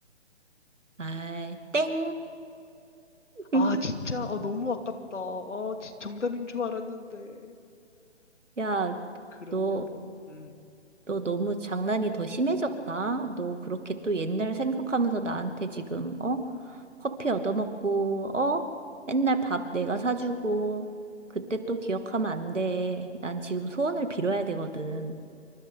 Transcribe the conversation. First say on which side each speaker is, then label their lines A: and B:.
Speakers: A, on the right (about 85°); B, on the left (about 75°).
A: 아이, 땡. <laughs>
B: 아, 진짜? 아, 너무 아깝다. 아, 지- 정답인 줄 알았는데.
A: 야,
B: 그러면,
A: 너
B: 음.
A: 너 너무 장난이 더 심해졌다. 너 그렇게 또 옛날 생각하면서 나한테 지금, 어? 커피 얻어먹고, 어? 맨날 밥 내가 사주고, 그때 또 기억하면 안 돼. 난 지금 소원을 빌어야 되거든.